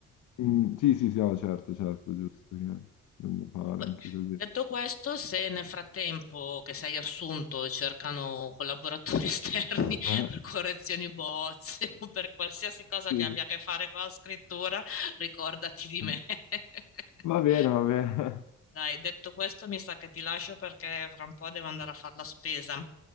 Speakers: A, on the left; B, on the left.
A: Mm, sì, sì, sì, no, certo, certo, giusto, che bisogna fare
B: Poi,
A: anche così.
B: Detto questo, se nel frattempo che sei assunto cercano collaboratori <laughs> esterni
A: Eh,
B: per correzioni bozze o per qualsiasi cosa
A: sì,
B: che abbia a che fare con la scrittura, ricordati di
A: sì.
B: me. <laughs>
A: Va bene, va bene,
B: Dai, detto questo, mi sa che ti lascio perché fra un po' devo andare a fare la spesa.